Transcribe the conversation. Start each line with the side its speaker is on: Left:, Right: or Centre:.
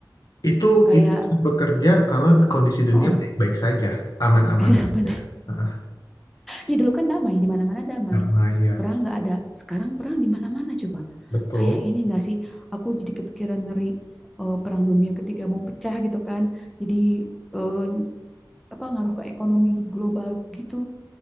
Left: Itu
Centre: Kayak,
Left: itu bekerja kalau kondisi dunia
Centre: oh,
Left: baik-baik saja, aman-aman
Centre: <laughs>
Left: saja.
Centre: bener.
Left: Heeh,
Centre: Ya dulu kan damai, di mana-mana damai.
Left: sama ya,
Centre: Perang nggak ada. Sekarang perang di mana-mana coba.
Left: betul.
Centre: Kayak ini nggak sih? Aku jadi kepikiran ngeri eh, perang dunia ketiga mau pecah gitu kan. Jadi eh, apa ngaruh ke ekonomi global gitu.